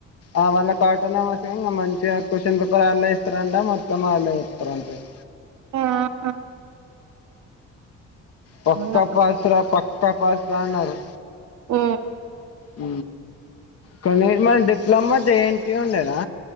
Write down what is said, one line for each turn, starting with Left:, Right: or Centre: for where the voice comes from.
Left: ఆ వాళ్ళకూ ఆటోనామస్ ఎమో ఇగ మంచిగా క్వశ్చన్ పేపర్ వాళ్లే ఇస్తారంట మొత్తం వాళ్లే చెప్తారంట ఇక
Right: ఆహా
Left: పక్క
Right: అవునా.
Left: పాసరా పక్క పాసరా అన్నారు
Right: ఊ
Left: ఊ కొన్నిర్మన్ డిప్లొమా జేఎన్ టి యూ ఉండేనా